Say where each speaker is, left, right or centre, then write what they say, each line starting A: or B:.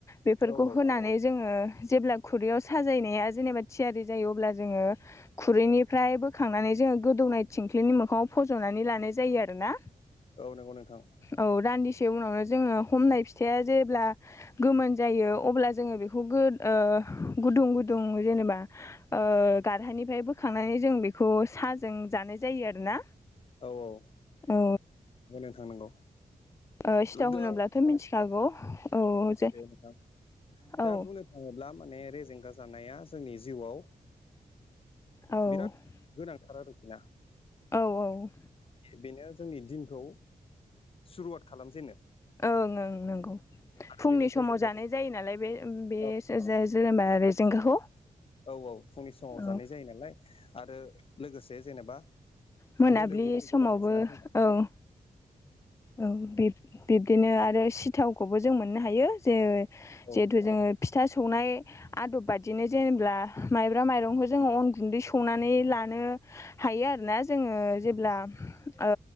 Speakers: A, on the left; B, on the left.
A: बेफोरखौ
B: औ
A: होनानै जोंङो जेब्ला खुरैयाव साजायनाया जेनेबा थियारि जायो अब्ला जोंङो खुरैनिफ्राय बोखांनानै जोंङो गोदौनाय थिंख्लिनि मोखाङाव फजनानै लानाय जायो आरोना।
B: औ नंगौ नोंथां
A: औ दान्दिसे उनावनो जोंङो हमनाय फिथाया जेब्ला गोमोन जायो अब्ला जोंङो बेखौ गोद ओ गुदुं गुदुं जेनेबा ओ‌ गारहानिफ्राय बोखांनानै जों बेखौ साहाजों जानाय जायो आरोना।
B: औ औ
A: औ
B: नंगौ‌ नोंथां नंगौ
A: ओ सिथाव
B: दा
A: होनोब्लाथ मिथिखागौ औ
B: मिथियो
A: जे
B: नोंथां
A: औ
B: दा बुंनो थाङोब्ला माने रेजेंगा जानाया जोंनि जिउआव
A: औ
B: बिराद गोनांथार आरोखिना
A: औ औ
B: बेनो जोंनि दिनखौ सुरुवात खालामजेनो
A: ओं ओं नोंगौ
B: आरो
A: फुंनि
B: बेनिफ्राय
A: समाव
B: जोङो
A: जानाय जायो नालाय बे अम बे
B: औ
A: जे-जेनेबा रेजेंगाखौ
B: औ औ फुंनि समाव
A: औ
B: जानाय जायो नालाय आरो लोगोसे जेनेबा
A: मोनाबिलि
B: बोलोबो फैगोन
A: समावबो
B: आरोखि ना जोंनाव
A: ओं औ बिब-बिब्दिनो आरो सिथावखौबो जों मोननो हायो जे
B: औ
A: जिहेथु जोंङो फिथा सौनाय आदब बादिनो जेनेबा माइब्रा माइरंखौ जोंङो अन गुन्दै सौनानै लानो हायो आरोना जोङो जेब्ला ओ